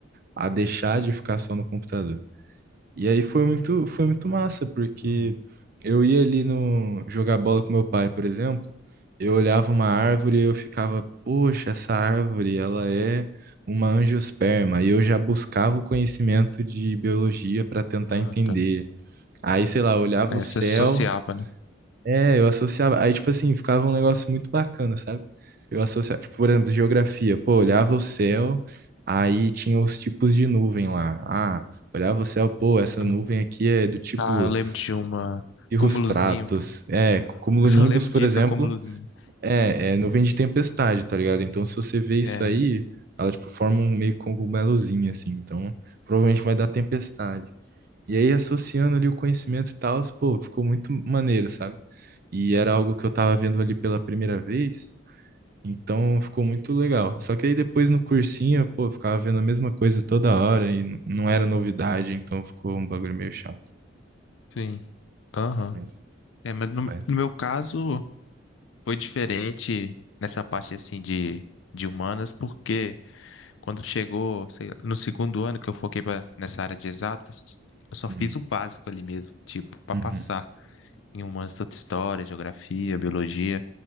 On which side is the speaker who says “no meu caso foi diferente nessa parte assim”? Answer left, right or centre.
Left